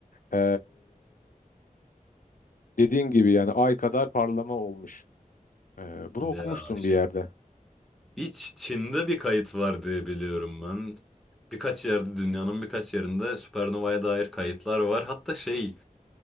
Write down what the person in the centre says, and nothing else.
Ya
şey
bir Ç- Çin'de bir kayıt var diye biliyorum ben. Birkaç yerde dünyanın birkaç yerinde süpernovaya dair kayıtlar var. Hatta şey